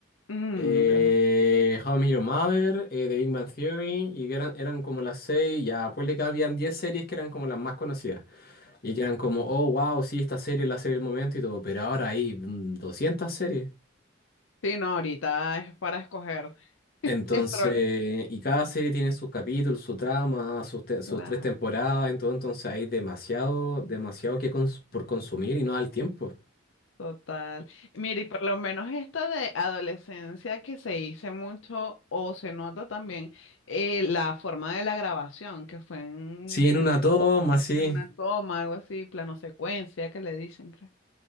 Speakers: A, on the left (about 80°); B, on the left (about 45°).
A: Mm,
B: eh,
A: deja-
B: How I Met Your Mother, eh, The Big Bang Theory, y que eran, eran como las seis, ya, pues de que habían 10 series que eran como las más conocidas, y que eran como, oh, wow, sí, esta serie es la serie del momento y todo, pero ahora hay mm, 200 series.
A: sí, no, ahorita es para escoger. <laughs>
B: Entonces,
A: Es problema.
B: y cada serie tiene sus capítulos, su trama, sus, te- sus
A: Claro,
B: tres temporadas, entonces, entonces hay demasiado, demasiado que cons- por consumir y no da el tiempo.
A: total. Mire, y por lo menos esta de adolescencia que se hizo mucho o se nota también eh, la forma de la grabación, que fue en,
B: Sí, en una toma, sí.
A: en una toma, algo así, plano secuencia, que le dicen, creo.